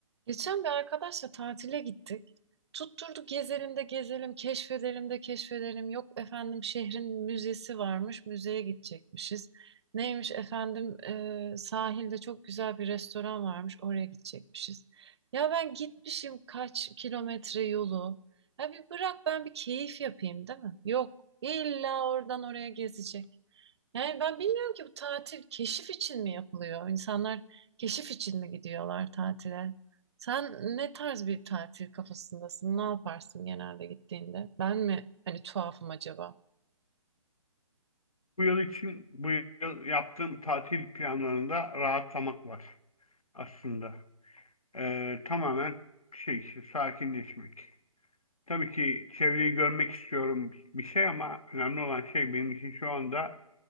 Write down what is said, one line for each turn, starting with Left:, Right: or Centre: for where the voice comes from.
Right: Geçen bir arkadaşla tatile gittik. Tutturduk gezelim de gezelim, keşfedelim de keşfedelim. Yok efendim şehrin müzesi varmış, müzeye gidecekmişiz. Neymiş efendim e, sahilde çok güzel bir restoran varmış, oraya gidecekmişiz. Ya ben gitmişim kaç kilometre yolu. Ya bir bırak ben bir keyif yapayım değil mi? Yok, illa oradan oraya gezecek. Yani ben bilmiyorum ki bu tatil keşif için mi yapılıyor? İnsanlar keşif için mi gidiyorlar tatile? Sen ne tarz bir tatil kafasındasın? Ne yaparsın genelde gittiğinde? Ben mi hani tuhafım acaba?
Left: Bu yıl için bu yıl yaptığım tatil planlarında rahatlamak var aslında. Ee, tamamen şey işte, sakinleşmek. Tabii ki çevreyi görmek istiyorum bir şey ama önemli olan şey benim için şu anda